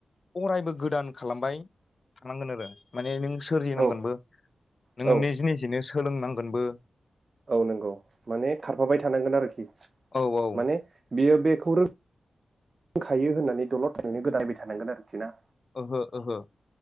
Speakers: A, on the left; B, on the right.
A: अरायबो गोदान खालामबाय थानांगोन आरो माने नों सोरजि
B: औ
A: नांगोनबो नोङो
B: औ
A: निजि निजिनो सोलोंनांगोनबो
B: औ नंगौ माने खारफाबाय थानांगोन आरोखि
A: औ औ
B: माने बियो बेखौ रों <unintelligible> खायो होननानै दलर थनानै गोदायबाय थानांगोन आरोखि ना
A: ओहो ओहो